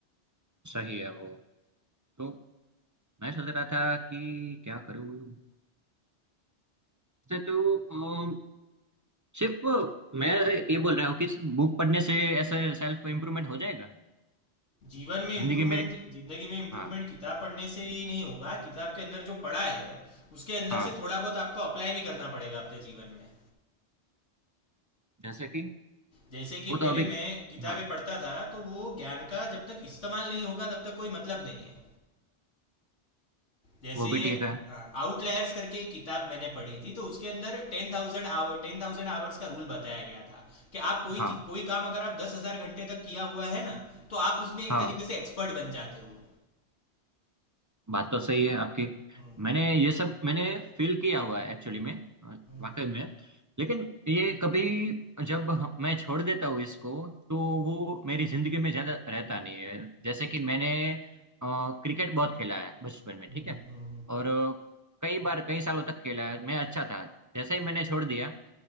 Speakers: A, on the right; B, on the left.
A: सही है वो तो मैं सोच रहा था कि क्या करूँ वैसे तो अम, सिर्फ मैं ये बोल रहा हूँ कि सिर्फ बुक पढ़ने से ऐसे सेल्फ इम्प्रूवमेंट हो जाएगा
B: जीवन में इम्प्रूवमेंट
A: जिंदगी मेरी
B: जिंदगी में इम्प्रूवमेंट
A: हाँ
B: किताब पढ़ने से ही नहीं होगा किताब के अंदर जो पढ़ा है उसके अंदर
A: हाँ
B: से थोड़ा बहुत आपको अप्लाई भी करना पड़ेगा अपने जीवन में
A: जैसे कि
B: जैसे कि
A: वो
B: पहले
A: तो अभी
B: मैं किताबें
A: हाँ
B: पढ़ता था तो वो ज्ञान का जब तक इस्तेमाल नहीं होगा तब तक कोई मतलब नहीं है जैसे
A: वो भी ठीक है
B: आउटलायर्स करके एक किताब मैंने पढ़ी थी तो उसके अंदर टेन थाउजेंड आवर टेन थाउजेंड आवर्स का रूल बताया गया था कि आप कोई
A: हाँ
B: चीज- कोई काम अगर आप दस हजार घंटे तक किया हुआ है ना तो आप उसमें एक
A: हाँ
B: तरीके से एक्सपर्ट बन जाते हो
A: बात तो सही है आपकी
B: हम्म,
A: मैंने ये सब मैंने फील किया हुआ है एक्चुअली में अ,
B: हम्म,
A: वाकई में लेकिन ये कभी जब हम- मैं छोड़ देता हूँ इसको तो वो मेरी जिंदगी में ज्यादा रहता नहीं है जैसे कि मैंने क्रिकेट बहुत खेला है बचपन में
B: हम्म,
A: ठीक है
B: हम्म।
A: और अ, कई बार कई सालों तक खेला है मैं अच्छा था जैसे ही मैंने छोड़ दिया